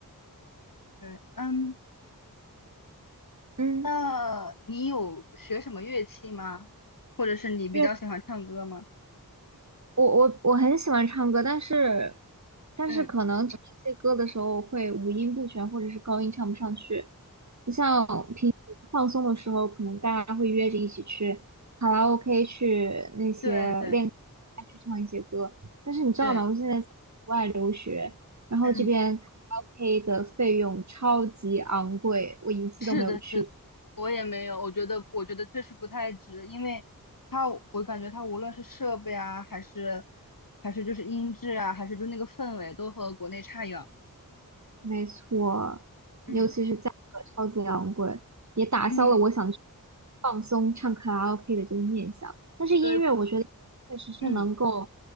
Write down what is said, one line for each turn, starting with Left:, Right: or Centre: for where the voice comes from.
Left: 对，嗯，
Right: 嗯，
Left: 那你有学什么乐器吗？或者是你比较喜欢唱歌吗？
Right: 因为我我我很喜欢唱歌，但是但是可能唱一些歌的时候会五音不全，
Left: 嗯，
Right: 或者是高音唱不上去。不像平时放松的时候，可能大家会约着一起去卡拉 OK 去那些练
Left: 对对
Right: 去唱一些歌。但是你知道吗？
Left: 对，
Right: 我现在在国外留学，然后这边卡拉
Left: 嗯。
Right: OK 的费用超级昂贵，我一次都没有去。
Left: 是的，是的，我也没有，我觉得，我觉得确实不太值，因为它，我感觉它无论是设备啊，还是还是就是音质啊，还是就那个氛围，都和国内差远了。
Right: 没错，
Left: 嗯
Right: 尤其是价格超级昂贵，也打消了我想去
Left: 嗯
Right: 放松唱卡拉 OK 的这个念想。但是音乐，
Left: 对，
Right: 我觉得确实是能够
Left: 嗯，